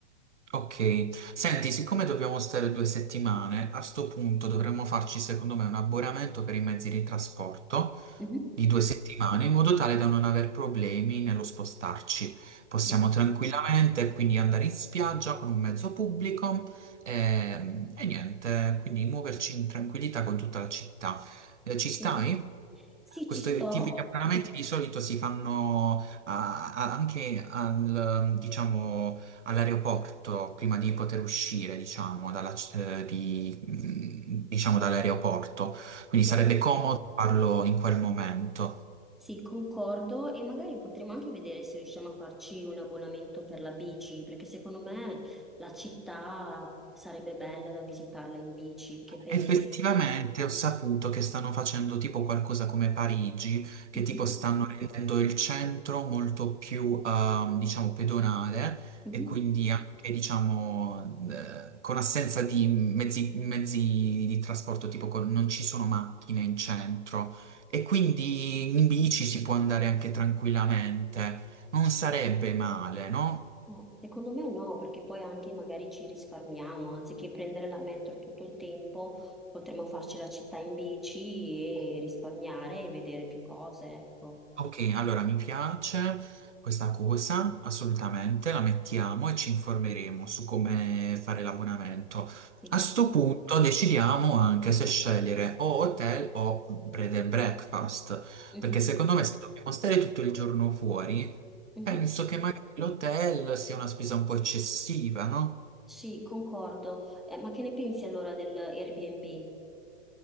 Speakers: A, on the right; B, in the centre.
A: Ok, senti, siccome dobbiamo stare due settimane, a sto punto dovremmo farci secondo me un abbonamento per i mezzi di trasporto
B: Mhm.
A: di due settimane in modo tale da non aver problemi nello spostarci. Possiamo
B: Sì,
A: tranquillamente quindi andare in spiaggia con un mezzo pubblico ehm, e, niente, quindi muoverci in tranquillità con tutta la città. Eh, ci stai?
B: sì. Sì,
A: Questi
B: ci sto,
A: tipi di abbonamenti di solito si fanno ah, ah, anche al, diciamo, all'aeroporto prima di poter uscire, diciamo, dalla c- eh, di- mm, diciamo, dall'aeroporto. Quindi
B: sì.
A: sarebbe comodo farlo in quel momento.
B: Sì, concordo e magari potremo anche vedere se riusciamo a farci un abbonamento per la bici, perché secondo me la città sarebbe bella da visitarla in bici, che pensi?
A: Effettivamente ho saputo che stanno facendo tipo qualcosa come Parigi, che
B: Mhm,
A: tipo stanno rendendo il centro molto più, ehm, diciamo, pedonale
B: mhm.
A: e quindi anche, diciamo, eh, con assenza di mezzi, mezzi di trasporto, tipo con- non ci sono macchine in centro e quindi in bici si può andare anche tranquillamente. Non sarebbe male, no?
B: No, secondo me no, perché poi anche magari ci risparmiamo, anziché prendere la metro tutto il tempo, potremmo farci la città in bici e risparmiare e vedere più cose, ecco.
A: Ok, allora mi piace questa cosa, assolutamente, la mettiamo e ci informeremo su come fare l'abbonamento.
B: Sì.
A: A sto punto decidiamo anche se scegliere o hotel o bread and breakfast,
B: Mhm,
A: perché secondo me se dobbiamo stare tutto il giorno fuori,
B: mhm.
A: penso che magari l'hotel sia una spesa un po' eccessiva, no?
B: Sì, concordo. Eh, ma che ne pensi allora dell'Airbnb?